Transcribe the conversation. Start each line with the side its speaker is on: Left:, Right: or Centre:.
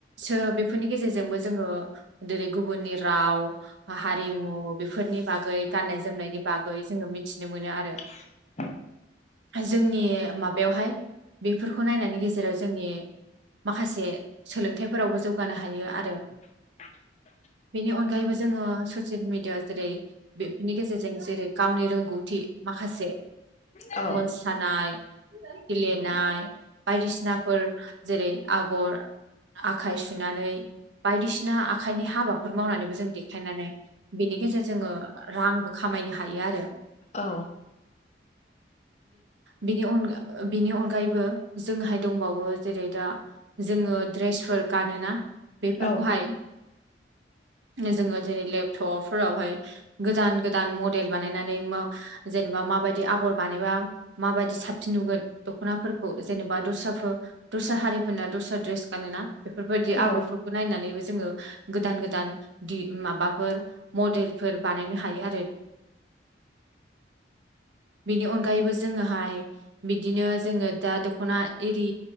Right: सो बेफोरनि गेजेरजोंबो जोङो जेरै गुबुननि राव हारिमु बेफोरनि बागै गाननाय जोमनायनि बागै जोङो मिथिनो मोनो आरो
Left: <inaudible>
Right: जोंनि माबायावहाय बेफोरखौ नायनायनि गेजेराव जोंनि माखासे सोलोंथाइफोरावबो जौगानो हायो आरो
Left: <inaudible>
Right: बेनि अनगायैबो जोङो ससियेल मिेडिया जेरै बेनि गेजेरजों जेरै गावनि रोंगौथि थि माखासे
Left: औ
Right: मोसानाय गेलेनाय बायदिसिनाफोर जेरै आगर आखाइ सुनानै बायदिसिना आखाइनि हाबाफोर मावनानैबो जों देखायनानै बिनि गेजेरजों जोङो रांबो खामाय नो हायो आरो
Left: औ
Right: बिनि अनगायैबो जोंहाय दंबावो जेरै दा जोङो ड्रेसफोर गानोना बेफोरखौहाय
Left: औ <inaudible>
Right: जोङो जेरै लेपटपफोरावहाय गोदान गोदान मडेल बानायनानै जे नेबा माबायदि आगर बानायबा माबायदि साबसिन नुगोन दख'नाफोरखौ जेनेबा दस्राफोर दस्रा हारिफोरना दस्रा द्रेस गानोना बेफोरबायदि
Left: औ
Right: आगरफ्राव नायनानैबो जोङो गोदान गोदान माबाफोर मडेलफोर बानायनो हायो आरो
Left: <inaudible>
Right: बेनि अनगायैबो जोङोहाय बिदिनो जोङो दा दख'ना एरि